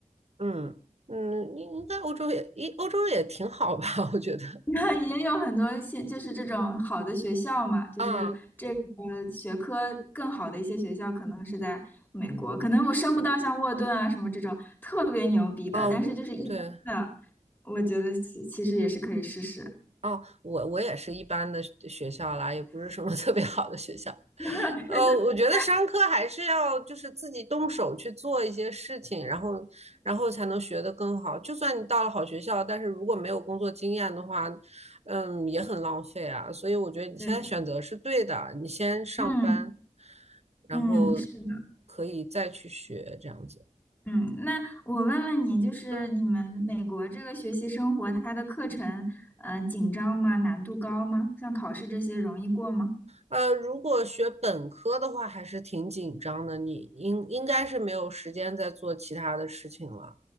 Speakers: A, on the right; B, on the left.
A: 嗯嗯，你你在欧洲也，一欧洲也挺好吧？<laughs> 我觉得
B: <laughs> 那也有很多现就是这种好的学校嘛，就是这个
A: 啊
B: 学科更好的一些学校可能是在美国，可能我升不到像沃顿啊什么这种特别牛逼的，
A: 啊，
B: 但是就是一般的，
A: 我对。
B: 我觉得其其实也是可以试试。
A: 哦，我我也是一般的学校啦，也不是什么 <laughs> 特别好的学校。
B: <laughs> 对对对，
A: 呃，我觉得商科还是要就是自己动手去做一些事情，然后然后才能学得更好。就算你到了好学校，但是如果没有工作经验的话，嗯，也很浪费啊。所以我觉得你现在选择是对的，
B: 对，
A: 你先上班，
B: 嗯
A: 然后
B: 嗯，是的，
A: 可以再去学这样子。
B: 嗯，那我问问你，就是你们美国这个学习生活，
A: 嗯。
B: 它的课程，呃，紧张吗？难度高吗？像考试这些容易过吗？
A: 呃，如果学本科的话，还是挺紧张的。你应应该是没有时间再做其他的事情了，